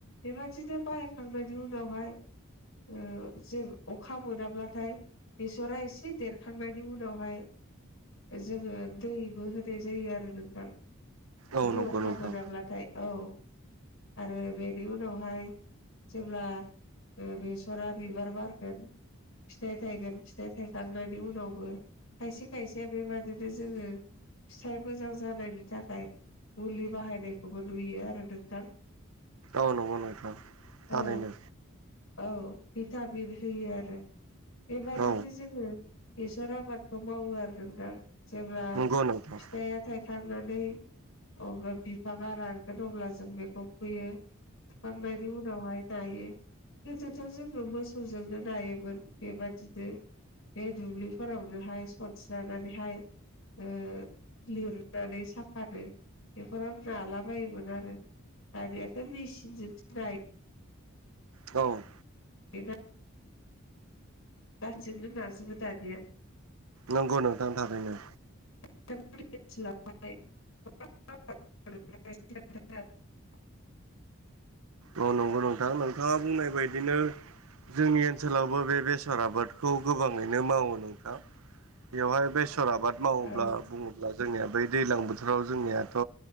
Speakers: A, on the left; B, on the right.
A: बेबादिनो बाहायखांनायनि उनावहाय ओ जोर अखा मोनाब्लाथाय बेसरा एसे देरखांनायनि उनावहाय जोङो दैबो होनाय जायो आरो नोंथां
B: औ
A: जुदि
B: नंगौ
A: अखा
B: नोंथां
A: मोनाब्लाथाय औ आरो बेनि उनावहाय जेब्ला बेसरा बिबार बारगोन फिथाइ थायगोन फिथाइ थायखांनायनि उनावबो खायसे खायसेया बेबादिनो जोङो फिथाइ मोजां जानायनि थाखाय मुलि बाहायनायखौबो नुयो आरो नोंथां
B: औ नंगौ नोंथां थारैनो
A: औ औ भिटामिन होयो आरो बेबायदिनो
B: औ
A: जोङो बेसर आबाद- खौ मावो आरो नोंथां जेब्ला
B: नंगौ नोंथां
A: फिथाइआ थाइ खांनानै अब्ला बिफाङा रानगोन अब्ला जों बेखौ फुयो फुखांनायनि उनावहाय नायो गोदोथ' जोङो मोसौजोंनो नायोमोन बेबादिनो बे दुब्लिफोराव बेहाय सनस्रानानैहाय ओ लिरनानै साफानो बेफोराव नालाबायोमोन आरो दानियाथ' मेसिनजोंसो नायो
B: औ
A: बेना <unintelligible> नाजोबो दानिया
B: नंगौ नोंथां थारैनो
A: <unintelligible> <unintelligible>
B: औ नंगौ नोंथां नोंथाङा बुंनाय बायदिनो जोंनि ओनसोलावबो बे बेसर आबाद खौ गोबाङैनो मावो नोंथां बेवहाय बेसर आबाद मावोब्ला
A: औ
B: बुङोब्ला जोंनिया बै दैज्लां बोथोराव जोंनियाथ'